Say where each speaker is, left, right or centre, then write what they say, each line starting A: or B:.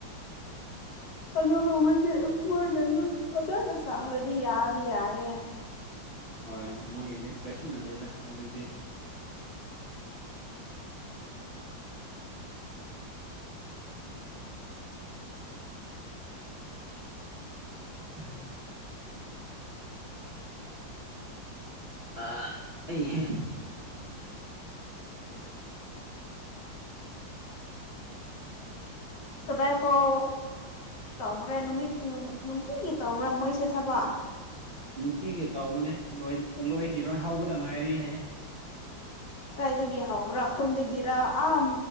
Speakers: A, on the left; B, on the right.
A: ꯑꯗꯨ ꯃꯣꯏꯒꯤ ꯃꯣꯏꯗꯖꯨ ꯐꯖꯅ ꯁꯥꯈ꯭ꯔꯗꯤ ꯌꯥꯗꯤ ꯌꯥꯏꯅꯤꯌꯦ
B: ꯑꯣꯏ ꯃꯣꯏꯒꯤꯗꯤ ꯀꯩꯁꯨ ꯅꯠꯇꯦꯗ ꯍꯧꯖꯤꯛꯇꯤ <unintelligible> ꯑꯥ ꯑꯩꯍꯦ
A: ꯀꯗꯥꯏ ꯐꯥꯎ ꯇꯧꯈ꯭ꯔꯦ ꯅꯨꯃꯤꯠ ꯅꯨꯡꯇꯤꯒꯤ ꯇꯧꯕ꯭ꯔꯥ ꯃꯣꯏꯁꯦ ꯊꯕꯛ
B: ꯅꯨꯡꯇꯤꯒꯤ ꯇꯧꯕꯅꯦ ꯂꯣꯏ ꯑꯥ ꯂꯣꯏꯈꯤꯔꯣꯏ ꯍꯧꯕꯗ ꯉꯥꯏꯔꯤ ꯍꯥꯏꯌꯦ
A: ꯀꯥꯏꯗꯒꯤ ꯍꯧꯕ꯭ꯔꯥ ꯈꯨꯟꯗꯒꯤꯔꯥ ꯑꯥꯝ